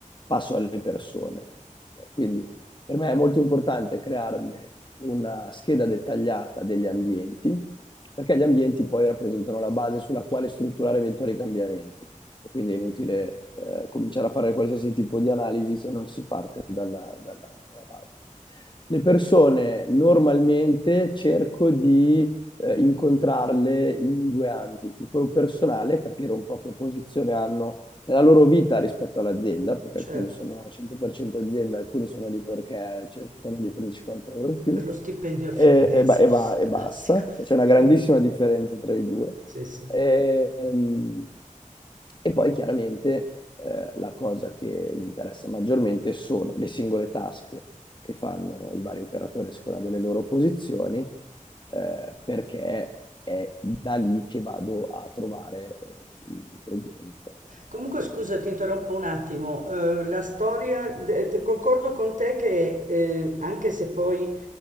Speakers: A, on the left (about 35°); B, on the right (about 75°).
A: passo alle persone. Ok, Quindi per me è molto importante crearmi una scheda dettagliata degli ambienti, perché gli ambienti poi rappresentano la base sulla quale strutturare eventuali cambiamenti. E quindi è inutile eh, cominciare a fare qualsiasi tipo di analisi se non si parte dalla, dalla, dalla base le persone normalmente cerco di eh, incontrarle in due ambiti, quello personale, capire un po' che posizione hanno nella loro vita rispetto all'azienda, perché
B: certo,
A: alcuni sono 100% azienda, alcuni sono lì perché cercano di prendere 50 euro in più,
B: per lo stipendio al
A: e,
B: fine mese,
A: e ba- e ba- e
B: <laughs> classico.
A: basta. E c'è una grandissima
B: Ah,
A: differenza tra i due.
B: sì, sì.
A: E, ehm, e poi chiaramente eh, la cosa che mi interessa maggiormente sono le singole task che fanno i vari operatori a seconda delle loro posizioni, eh, perché è da lì che vado a trovare eh, i, i problemi. poi andare
B: Comunque,
A: a
B: scusa, ti interrompo un attimo. Eh, la storia, de- te- concordo con te che eh, anche se poi